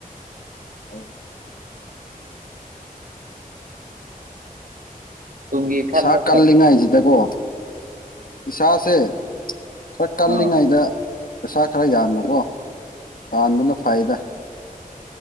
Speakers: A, on the left; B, on the right.
A: ꯑꯣ
B: ꯇꯨꯡꯒꯤ ꯈꯜꯂꯒ
A: ꯏꯁꯥ ꯀꯜꯂꯤꯉꯥꯏꯁꯤꯗꯀꯣ ꯏꯁꯥꯁꯦ ꯈꯔ ꯀꯜꯂꯤꯉꯩꯗ
B: ꯑꯥ
A: ꯄꯩꯁꯥ ꯈꯔ ꯌꯥꯝꯅꯕꯣ ꯇꯥꯟꯕꯅ ꯐꯩꯗ